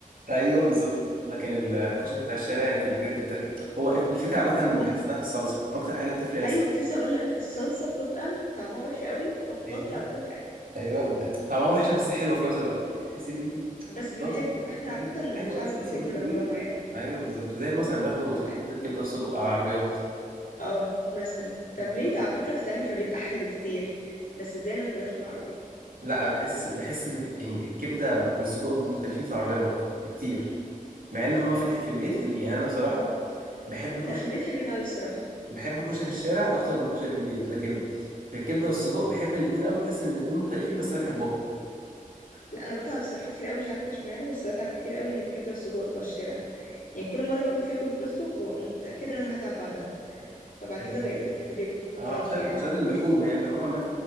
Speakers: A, on the right (about 75°); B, on the left (about 75°).
A: ايوه بالظبط لكن ال- الكشري بتاع الشارع انت بجد بتاكل هو الف- الفكره عامه
B: <laughs>
A: بحس انها في الصلصه اكتر حاجه بتفرق هي الصلصه
B: ايوه كنت لسه اقول لك الصلصه بتبقى طعمها وحش قوي فمغطي
A: ايوه
B: على كل حاجه
A: ايوه وبقى طعمها وحشه بس حلوه في نفس الوقت تحس ان انت
B: بس بنحبه
A: صلصه
B: احنا
A: مين-
B: عامه
A: ايوه
B: شعب
A: الصلصه
B: بيحب
A: مش
B: الرمرامه
A: نظيفه
B: يعني
A: ايوه بالظبط زي مثلا برضو
B: اه
A: صلصات الكبده والسجق على العربيات
B: اه مثلا طب
A: احنا
B: ليه ده على فكره بتتعمل في البيت احلى بكتير بس ازاي ما ناكلهاش من العربيه
A: لا بحس بحس ان يعني الكبده والسجق بيبقوا مختلفين في العربيه برضه بكتير مع ان هما في الح... في البيت حلوين يعني انا بصراحه بحب كشري
B: لا في البيت حلوين قوي الصراحه
A: بحب كشري الشارع اكتر من كشري البيت لكن في الكبده والسجق بحب الاثنين قوي بحس ان الاثنين مختلفين بس انا بحبهم
B: لا انا بتعب الصراحه كتير قوي مش عارفه اشمعنى بس بتعب كتير قوي من الكبده والسجق بتوع الشارع يعني كل مره باكل فيها كبده وسجق ببقى متاكده ان انا هتعب بعدها فبعد
A: يعني
B: كده بقيت اكل في البيت بكرامتي
A: اه عشان
B: يعني
A: عشان اللحوم هي اللحوم عامه